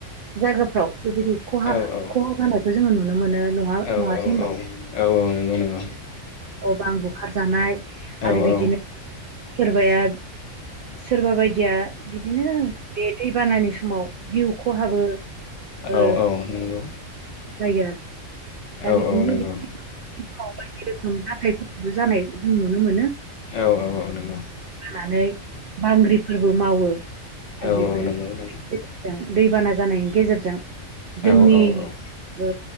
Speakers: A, on the right; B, on the left.
A: जायगाफ्राव बेबायदि खहा-
B: औ औ
A: खहा जानायखौ जोङो नुनो मोनो नङा
B: नंगौ
A: नङासै होनबा
B: नंगौ
A: बां बे ओंखारजानाय
B: औ औ
A: आरो बिदिनो सोरबाया सोरबा बायदिया बिदिनो बे दैबानानि समाव जिउ खहाबो ओ
B: औ - औ नंगौ
A: जायो आरो दा
B: औ
A: बिदिनो
B: औ नंगौ
A: समाव बायदि रोखोम जाथायफोर जानाय जों नुनो मोनो
B: औ औ औ नंगौ
A: जानानै बांग्रिफोरबो मावो आरो
B: औ
A: बेफोर गेजेरजों
B: नंगौ नंगौ
A: दैबाना जानायनि गेजेरजों जोंनि
B: औ औ औ
A: ओ